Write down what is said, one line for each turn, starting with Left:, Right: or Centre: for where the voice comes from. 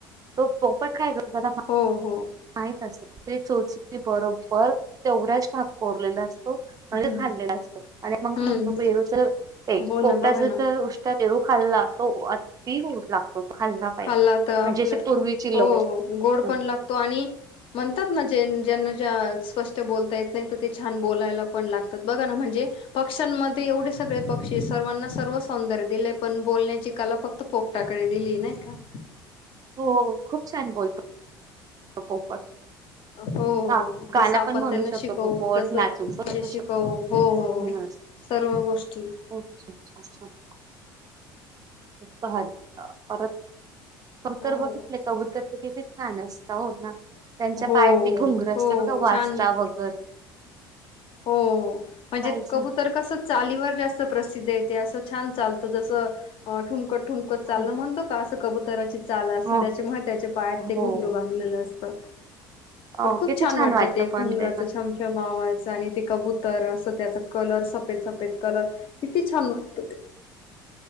Right: तो पोपट काय त्याला <unintelligible>
Left: हो हो
Right: माहित असत ते चोच बरोबर तेवढ्याच टाक कोरलेलं अस तो अन
Left: हम्म
Right: खालेल्ला असतो आणि मग
Left: हम्म
Right: म्हणतो
Left: हम्म
Right: पेरूच ते
Left: हो
Right: पोपटाचच
Left: ना बघा ना
Right: ऊष्टा पेरू खाल्ला तो अती गोड लागतो. तो पाहिजे.
Left: खाल्ला तर
Right: म्हणजे
Left: आपलं
Right: असे पूर्वीची
Left: हो
Right: लोक
Left: गोड
Right: हो
Left: पण लागतो आणि म्हणतात ना जें-ज्यांना जा स्प ते बोलता येत नाही तर ते छान बोलायला पण लागतात बघा ना म्हणजे पक्ष्यांमध्ये एवढे सगळे पक्षी सर्वांना सर्व सौंदर्य दिलेय पण बोलण्याची कला फक्त पोपटाकडे दिली नाही का
Right: हो खूप छान बोलतो तो पोपट.
Left: हो हो
Right: हा गाणं
Left: जसं आपण
Right: पण म्हणू
Left: त्यांना
Right: शकतो
Left: शिकवू
Right: पोपट
Left: तसं
Right: नाचून पण
Left: जे शिकवू
Right: <unintelligible> शकतो हम्म्म
Left: हो हो
Right: हा.
Left: सर्व गोष्टी
Right: अच्छा <unintelligible> भारी अ परत
Left: हो
Right: तर बघितले कबूतर ते किती छान असत, हो ना. त्यांच्या
Left: हो
Right: पायात ते घुंगर असतं
Left: हो
Right: बघा वाजता
Left: छान
Right: वगैरे.
Left: हो म्हणजे
Right: कायच
Left: कबूतर कसं चालीवर जास्त प्रसिद्धेत. ते असं छान चालतं जसं अ ठुमकत ठुमकत चालणं
Right: हो
Left: म्हणतो का असं कबुतराची चाल असते
Right: हो
Left: त्याच्यामुळे त्याच्या पायात
Right: हो.
Left: ते घुंगरू बांधलेलं अस <unintelligible>
Right: अ
Left: पण खूप
Right: किती
Left: छान वाटत
Right: वाटतं
Left: ते
Right: पण
Left: घुंगराचा
Right: ग.
Left: छमछम आवाज आणि ते कबुतर असं त्याचा कलर सफेद-सफेद कलर किती छान वाट